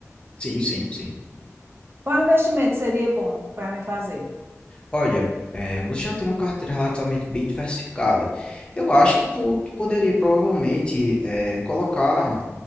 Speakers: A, on the left; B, on the right.
A: Sim, sim, sim.
B: Qual investimento seria bom para mim fazer?
A: Olha, é, você já tem uma carteira relativamente bem diversificada. Eu acho que tu, tu poderia provavelmente é, colocar